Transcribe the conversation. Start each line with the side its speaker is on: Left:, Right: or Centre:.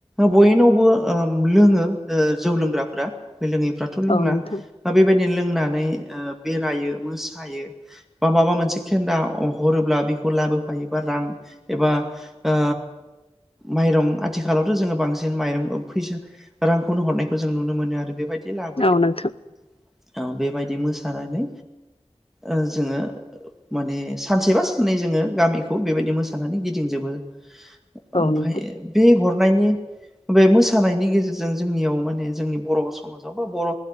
Centre: बयनावबो ओ लोंङो ओ जौ लोंग्राफोरा बे लोंङैफ्राथ' लोंला
Left: औ नोंथां
Centre: बेबायदिनो लोंनानै ओ बेरायो मोसायो बा माबा मोनसे खेन्दा हरोब्ला बेखौ लाबोफायोबा रां एबा ओ माइरं आथिखालावथ' जोंङो बांसिन माइरं फैसा रांखौनो हरनायखौ जों नुनो मोनो आरो बेबायदि लाबोयो
Left: औ नोंथां
Centre: बेबायदि मोसानानै ओ जोंङो माने सानसेबा साननै जोंङो गामिखौ बेबायदि मोसानानै गिदिंजोबो
Left: औ
Centre: ओमफ्राय
Left: नोंथां
Centre: बे हरनायनि बे मोसानायनि गेजेरजों जोंनियाव माने जोंनि बर' समाजाव बा बर'